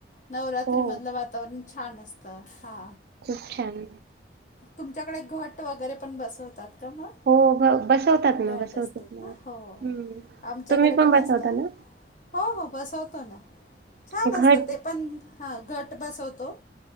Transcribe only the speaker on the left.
नवरात्रीमधलं
वातावरण छान असतं! हा.
तुमच्याकडे घट वगैरे पण बसवतात का मग?
घट
असतात ना? हो.
आमच्याकडे
पण
असता.
हो हो, बसवतो ना. छान
असतं ते पण! ह, घट बसवतो